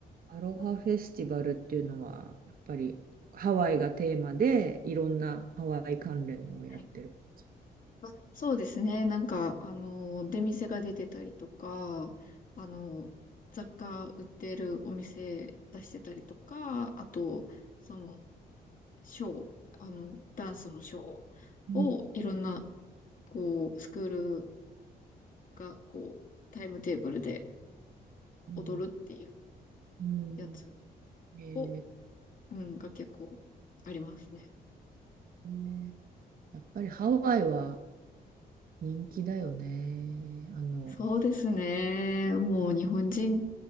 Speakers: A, on the right; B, on the left.
A: アロハフェスティバルっていうのは、やっぱりハワイがテーマで、いろんなハワイ関連のをやってる感じ。
B: はい。まあ、そうですね。なんか、あの、出店が出てたりとか、あの、雑貨売ってるお店出してたりとか、あと、その、ショー、あの、ダンスのショー
A: うん
B: をいろんな、こう、スクールが、こう、タイムテーブルで
A: うん
B: 踊るっていう
A: うん。
B: やつ
A: えー、
B: を、うん、が結構ありますね。
A: ねやっぱりハワイは人気だよね。あの、
B: そうですね。もう日本人